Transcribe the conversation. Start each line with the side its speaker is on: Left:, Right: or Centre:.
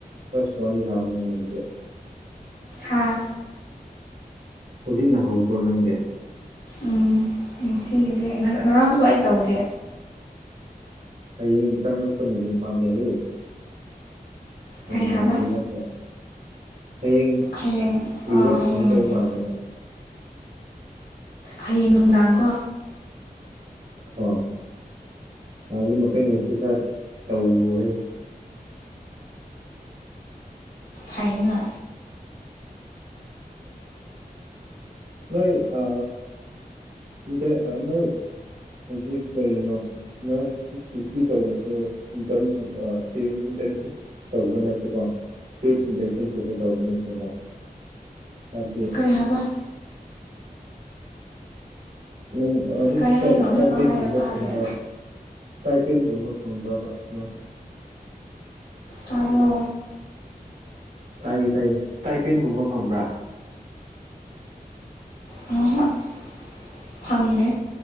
Right: ꯐ꯭ꯔꯥꯁꯠ ꯋꯥꯔꯤ ꯁꯥꯕꯅꯤꯅꯦ ꯑꯗꯨꯗꯤ
Left: ꯍꯥꯥ
Right: ꯍꯨꯖꯤꯛ ꯅꯍꯧꯕ꯭ꯔꯣ ꯅꯪꯗꯤ
Left: ꯎꯝ ꯉꯁꯤꯒꯤꯗꯤ ꯉꯔꯥꯡꯁꯨ ꯉꯔꯥꯡꯁꯨ ꯑꯩ ꯇꯧꯗꯦ
Right: ꯍꯌꯦꯡ ꯆꯪꯉꯛꯄ ꯅꯨꯃꯤꯠ ꯃꯥꯜꯂꯦꯍꯦ ꯍꯌꯦꯡ
Left: ꯀꯩ ꯍꯥꯏꯕ
Right: ꯃꯟꯗꯦ ꯅꯠꯇ꯭ꯔꯣ ꯍꯌꯦꯡ
Left: ꯍꯌꯦꯡ
Right: ꯔꯤꯋꯥꯔꯠ
Left: ꯑꯥ ꯍꯌꯦꯡ
Right: ꯐꯪꯒꯗꯧꯕ
Left: ꯃꯟꯗꯦ
Right: ꯃꯥꯜꯂꯦꯕ
Left: ꯍꯌꯦꯡ ꯅꯨꯡꯗꯥꯡ ꯀꯣ
Right: ꯍꯣꯏ ꯌꯥꯔꯤꯃꯈꯩ ꯉꯁꯤ ꯈꯔ ꯇꯧꯔꯦ
Left: ꯐꯩꯌꯦꯅ
Right: ꯅꯣꯏ ꯑ ꯏꯟꯇꯔ ꯑ ꯅꯣꯏ ꯍꯧꯖꯤꯛ ꯀꯩꯅꯣ ꯅ꯭ꯔꯁꯇꯤ ꯗ꯭ꯌꯨꯇꯤ ꯇꯧꯕꯝꯗꯣ ꯏꯟꯇ꯭ꯔꯟꯁꯤꯞ ꯑ ꯄꯤ ꯑꯦꯝ ꯏꯟꯇ꯭ꯔꯟꯁꯤꯞ ꯇꯧꯕ ꯅꯠꯇꯦꯀꯣ ꯄꯦꯠ ꯏꯟꯚꯦꯟꯁꯟ ꯊꯣꯛꯄ ꯇꯧꯒꯅꯨ ꯇꯦꯀꯣ ꯍꯥꯏꯕꯗꯤ
Left: ꯀꯩ ꯍꯥꯕ
Right: ꯅꯪ ꯍꯧꯖꯤꯛ
Left: ꯀꯩ
Right: ꯁ꯭ꯇꯥꯏ
Left: ꯍꯥꯏꯅꯣ ꯑꯃꯨꯛꯀ
Right: ꯁ꯭ꯇꯥꯏꯄꯦꯟꯒꯨꯝꯕ
Left: ꯍꯥꯏꯌꯣ ꯇꯥꯗꯦ
Right: ꯐꯪꯕ꯭ꯔꯕ ꯁ꯭ꯇꯥꯏꯄꯦꯟꯒꯨꯝꯕ ꯐꯪꯕ꯭ꯔꯕ ꯅꯪ
Left: ꯇꯥꯕ꯭ꯔꯣ
Right: ꯇꯥꯏꯌꯦ ꯇꯥꯏꯌꯦ ꯁ꯭ꯇꯥꯏꯄꯦꯟꯒꯨꯝꯕ ꯐꯪꯕ꯭ꯔꯥ
Left: <unintelligible> ꯐꯪꯗꯦ